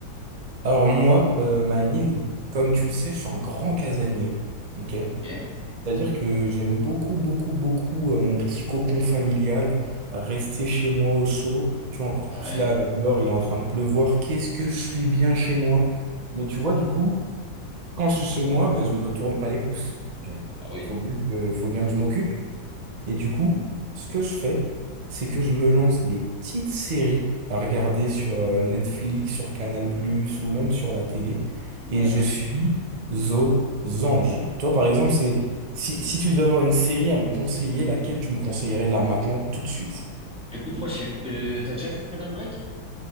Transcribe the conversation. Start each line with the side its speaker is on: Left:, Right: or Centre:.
Right: Alors moi, euh, Manil, comme tu le sais, je suis un grand casanier. Ok?
Centre: Ok.
Right: C'est-à-dire que j'aime beaucoup, beaucoup, beaucoup euh, mon petit cocon familial, rester chez moi au chaud. Tu vois, encore
Centre: Ouais.
Right: plus là, dehors, il est en train de pleuvoir. Qu'est-ce que je suis bien chez moi. Mais tu vois, du coup, quand je suis chez moi, ben, je me tourne pas les pouces. Tu vois.
Centre: Ah oui.
Right: Faut bien que, faut bien que je m'occupe. Et du coup, ce que je fais, c'est que je me lance des petites séries à regarder sur euh, Netflix, sur Canal+, ou même sur la télé,
Centre: Ouais.
Right: et je suis aux anges. Toi, par exemple, c'est si, si tu devais avoir une série à me conseiller, laquelle tu me conseillerais là maintenant, tout de suite?
Centre: Écoute, moi, je sais, euh, t'as déjà vu Prison Break?